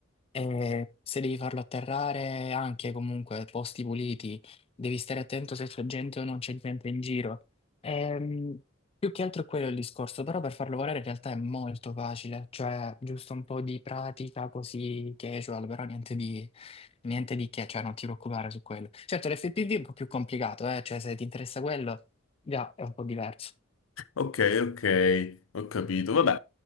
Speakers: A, on the left; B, on the left.
A: E se devi farlo atterrare anche comunque posti puliti, devi stare attento se c'è gente o non c'è gente in giro. Ehm, più che altro è quello il discorso, però per farlo volare in realtà è molto facile, cioè giusto un po' di pratica così casual, però niente di, niente di che, cioè non ti preoccupare su quello. Certo, l'FPV è un po' più complicato, eh, cioè se ti interessa quello, già è un po' diverso.
B: Ok, ok, ho capito. Vabbè,